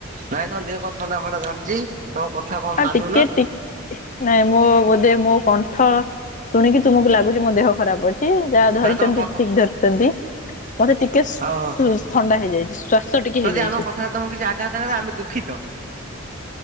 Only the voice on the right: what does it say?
ନାଇଁ ନାଇଁ ତ ଦେହ କଣ ଥଣ୍ଡା ଫଣ୍ଡା ଧରିଛି। ତମ କଥା କଣ
ମାନୁନ
ନା ତମ କ
ହଉ ହଉ
ଯଦି
ଆମ କଥା ତମକୁ କିଛି ଆଘାତ ହେଲା <inaudible>